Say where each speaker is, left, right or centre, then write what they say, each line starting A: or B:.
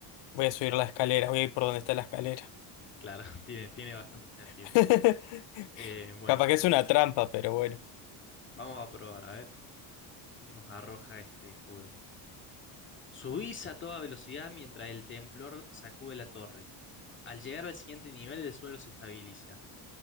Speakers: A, on the left; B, on the left.
A: Voy a subir la escalera. Voy a ir por donde está la escalera.
B: Claro, <laughs> tiene, tiene bastante sentido.
A: <laughs>
B: Eh, bueno,
A: Capaz que es una trampa, pero bueno.
B: vamos a probar a ver qué nos arroja este juego. Subís a toda velocidad mientras el temblor sacude la torre. Al llegar al siguiente nivel, el suelo se estabiliza.